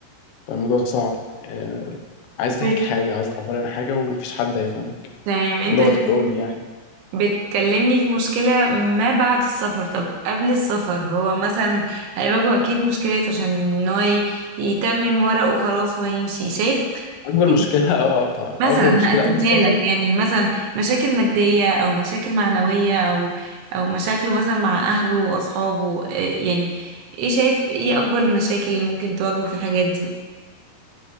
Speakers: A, on the left; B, on the right.
A: فالموضوع صعب آه، عايز تحكي
B: طيب
A: حاجة عايز تعبري عن حاجة ومفيش حد هيفهم
B: تمام انت
A: بلغتك
B: دلوقتي
A: الأم يعني
B: بتكلمني في مشكلة ما بعد السفر طب قبل السفر هو مثلا هيواجهه اكيد مشكلات عشان ان هو ي- يتمم ورقه وخلاص وهيمشي شايف
A: أكبر
B: يعني
A: مشكلة <laughs> اه طبعا
B: مثلا
A: أكبر مشكلة
B: هقسمها
A: قبل السفر
B: لك يعني مثلا مشاكل مادية او مشاكل معنوية او او مشاكله مثلا مع اهله واصحابه إيه- يعني ايه شايف ايه اكبر المشاكل اللي ممكن تواجهه في الحاجات دي